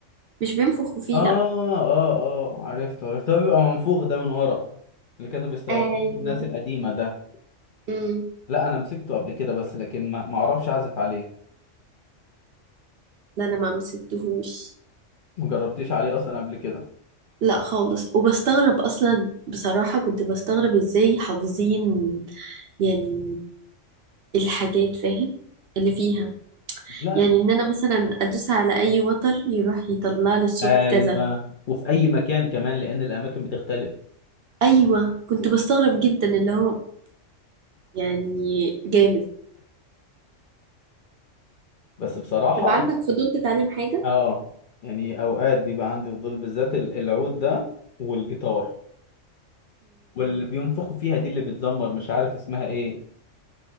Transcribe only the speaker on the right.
مش بينفخوا فيه
لأ
أيوة
امم
لا أنا ما مسكتهوش
لا خالص وبستغرب أصلا بصراحة كنت بستغرب إزاي حافظين يعني الحاجات فاهم اللي فيها
يعني إن أنا مثلا أدوس على أي وتر يروح يطلع لي الصوت
كذا
أيوة كنت بستغرب جدا اللي هو يعني جامد
طب عندك فضول تتعلم حاجة؟